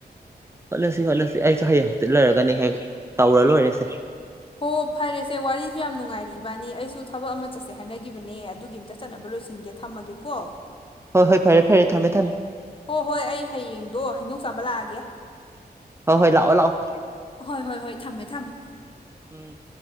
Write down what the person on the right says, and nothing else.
ꯍꯣꯠꯅꯁꯤ ꯍꯣꯠꯅꯁꯤ ꯑꯩꯁꯨ ꯍꯌꯦꯡ ꯍꯪꯆꯤꯠ ꯂꯩꯔꯒꯅꯦ ꯍꯦꯛ ꯇꯧꯔ ꯂꯣꯏꯔꯦꯁꯦ
ꯍꯣꯏ ꯍꯣꯏ ꯐꯔꯦ ꯐꯔꯦ ꯊꯝꯃꯦ ꯊꯝꯃꯦ
ꯍꯣꯏ ꯍꯣꯏ ꯂꯥꯛꯑꯣ ꯂꯥꯛꯑꯣ
ꯎꯝ